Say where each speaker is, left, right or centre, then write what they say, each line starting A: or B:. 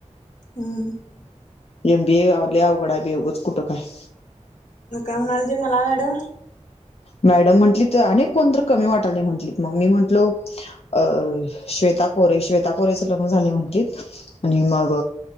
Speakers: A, on the left; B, on the left.
A: हम
B: एम बीए लय अवघड आहे बाई उगाच कुठं काय
A: न काय म्हणालतीत मला मॅडम
B: मॅडम म्हटलीत अनेक कोण तर कमी वाटालय म्हंटलीत मग मी म्हटलो अ श्वेता कोरे श्वेता कोरेचं लग्न झालेय म्हणलीत आणि मग